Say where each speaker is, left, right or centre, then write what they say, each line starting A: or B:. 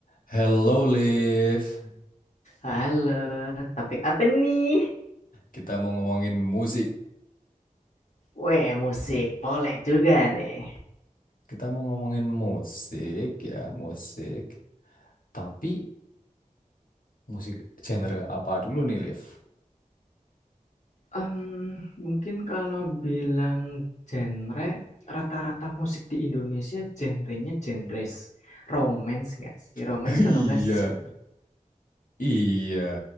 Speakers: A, on the left; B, on the left.
A: Hello Liv,
B: Halo, topik apa nih?
A: kita mau ngomongin musik.
B: Weh, musik. Boleh juga nih.
A: Kita mau ngomongin musik ya, musik. Tapi musik genre apa dulu nih Liv?
B: Mmm, mungkin kalau bilang genre, rata-rata musik di Indonesia genrenya genres. Romance nggak sih?
A: <laughs>
B: Romance
A: Iya,
B: kalau nggak sad
A: iya,